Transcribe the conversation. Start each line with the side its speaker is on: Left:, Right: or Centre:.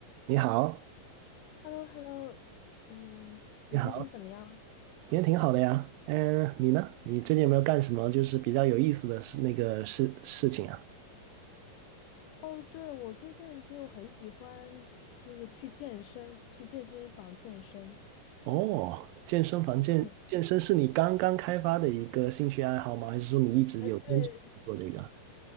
Right: 你好，
Left: h e l l o h e l l o 嗯，你最近怎么样？
Right: 你好，今天挺好的呀。嗯，你呢？你最近有没有干什么就是比较有意思的事那个事事情啊？
Left: 哦，对，我最近就很喜欢，就是去健身，去健身房健身。
Right: 哦，健身房健健身是你刚刚开发的一个兴趣爱好吗？
Left: 嗯，
Right: 还是说你一直有坚持做这个？
Left: 呃，对。